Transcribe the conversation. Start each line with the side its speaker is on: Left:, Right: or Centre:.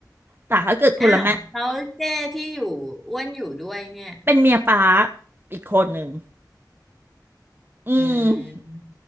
Right: แต่ถ้าเกิดคนละแม่
Centre: อ้าวแล้วเจ้ที่อยู่อ้วนอยู่ด้วยเนี่ย
Right: เป็นเมียป้าอีกคนหนึ่งอืม
Centre: อ่า